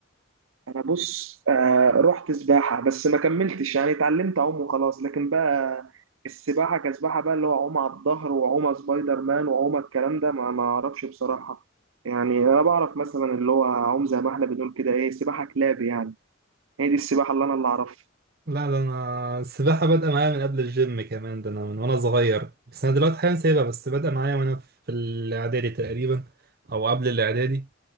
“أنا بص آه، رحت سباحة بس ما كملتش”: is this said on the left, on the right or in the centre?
Right